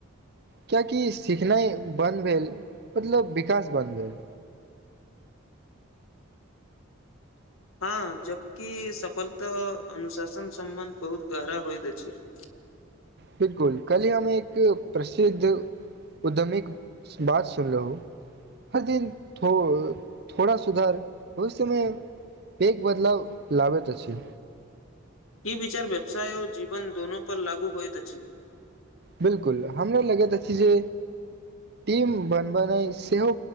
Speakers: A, on the right; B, on the left.
A: कियाकि सिखनाइ बन्द भेल मतलब विकास बन भेल
B: हँ जबकि सफलता अनुशासन सम्बन्ध बहुत गहरा होइत अछि <inaudible>
A: बिलकुल कलियामे एक प्रसिद्ध उद्यमीक बात सुनलहु हर दिन थो थोड़ा सुधार भविष्य मे पेघ बदलाव लबैत अछि
B: ई विचार व्यवसाय आ जीवन दोनो पर लागू होइत अछि
A: बिलकुल हमरा लगैत अछि जे टीम बन बेनाई सेहो